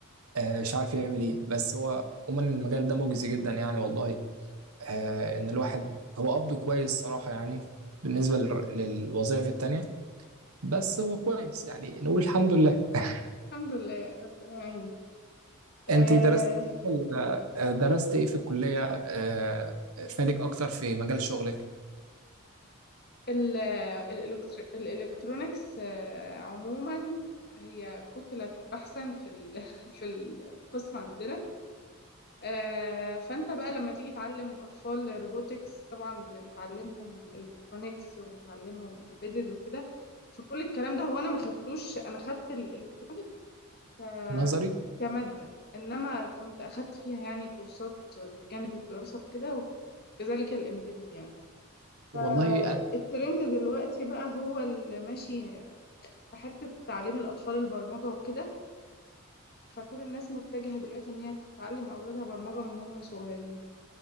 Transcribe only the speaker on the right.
آه، مش عارف يعمل ايه بس هو عموما المجال ده مجزي جدا يعني والله آه، ان الواحد هو قبضه كويس صراحه يعني بالنسبه لل- للوظائف التانيه بس هو كويس يعني نقول الحمد لله <laughs>
انت درست درست ايه في الكليه آه، فادك اكتر في مجال شغلك
نظري
والله
أنا-